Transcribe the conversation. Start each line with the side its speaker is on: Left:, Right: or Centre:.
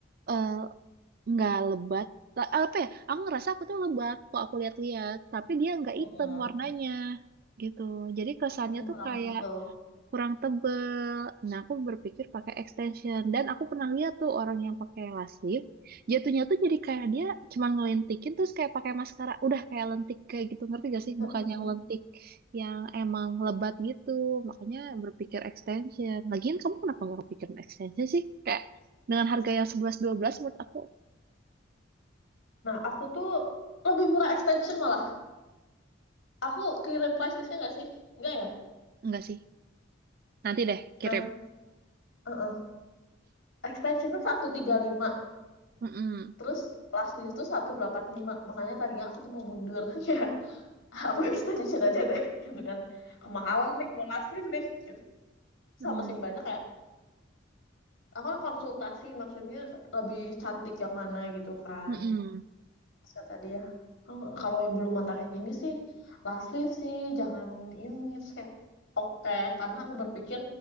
Right: ehm, nggak lebat Ta- apa ya aku ngerasa aku tuh lebat kok aku lihat-lihat tapi dia nggak
Left: Mm-mm.
Right: hitam warnanya gitu jadi kesannya
Left: Hmm,
Right: tuh
Left: kurang
Right: kayak
Left: tebel.
Right: kurang tebel nah aku berpikir pakai extension dan aku pernah lihat tuh orang yang pakai lash lift jatuhnya tuh jadi kayak dia cuma ngelentikin terus kayak pakai maskara udah kayak lentik kayak gitu ngerti gak sih
Left: Mm-mm.
Right: bukan yang lentik yang emang lebat gitu makanya berpikir extension lagian kamu kenapa nggak kepikiran extension sih kayak dengan harga yang sebelas dua belas menurut aku
Left: Nah, aku tuh lebih murah extension malah. Aku kirim price listnya nggak sih? Nggak ya?
Right: Enggak sih. Nanti deh kirim.
Left: Nah, uh-uh. Extension tuh seratus tiga puluh lima,
Right: Mm-mm.
Left: Terus last leaf tuh 185. Makanya tadinya aku tuh mau mundur. <laughs> Ya, aku extension aja deh. Gitu kan. Kemahalan nih kalau last leaf nih. Gitu.
Right: Hmm.
Left: Sama sih banyak kayak, aku kan konsultasi maksudnya lebih cantik yang mana gitu kan.
Right: Mm-mm.
Left: Terus kata dia "Kalau kalau yang bulu mata kayak gini sih last leave sih jangan ini terus kayak oke karena aku berpikir